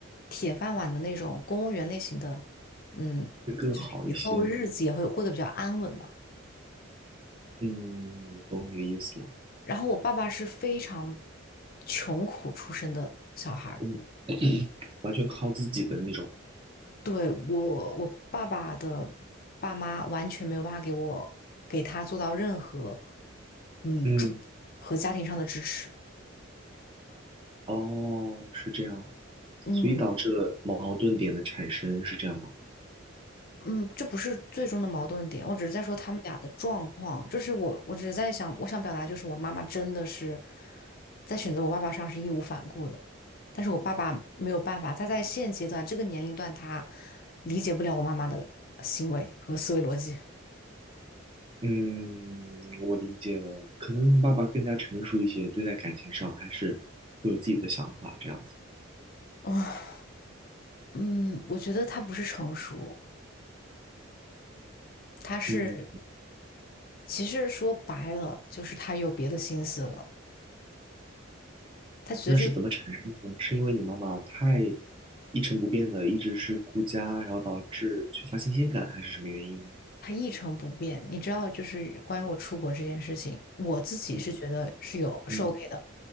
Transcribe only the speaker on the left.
铁饭碗的那种公务员类型的，嗯，
就是以后日子也会过得比较安稳嘛。
然后我爸爸是非常穷苦出身的小孩儿。
对，我，我爸爸的爸妈完全没有办法给我给他做到任何，嗯，
助和家庭上的支持。
嗯
嗯，这不是最终的矛盾点，我只是在说他们俩的状况。就是我，我只是在想，我想表达就是我妈妈真的是在选择我爸爸上是义无反顾的，但是我爸爸没有办法，他在现阶段这个年龄段，他理解不了我妈妈的行为和思维逻辑。
啊，嗯，我觉得他不是成熟。他是
其实说白了，就是他有别的心思了。他觉得这个
他一成不变。你知道，就是关于我出国这件事情，我自己是觉得是有是
OK 的，